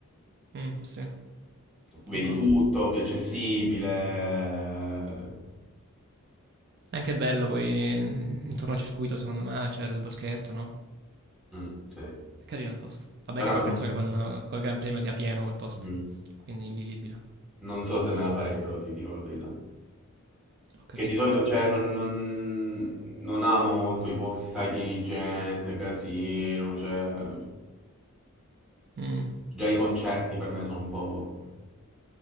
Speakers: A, on the right; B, in the centre.
A: Mm, sì,
B: Vedi
A: concordo.
B: tutto, più accessibile.
A: È anche bello poi intorno al circuito, secondo me, c'è il boschetto, no?
B: Mm, sì.
A: È carino il posto. Vabbè
B: Però
A: che poi
B: non...
A: penso
B: so.
A: che con, col Gran Premio sia pieno quel posto,
B: Mm.
A: quindi è invivibile.
B: Non so se me la farei, però ti dico la verità.
A: Ho capito,
B: Che di solito,
A: ho capito.
B: cioè, non, non- non amo molto i posti, sai, pieni di gente, casino, cioè...
A: Mm.
B: Già i concerti per me sono un po'...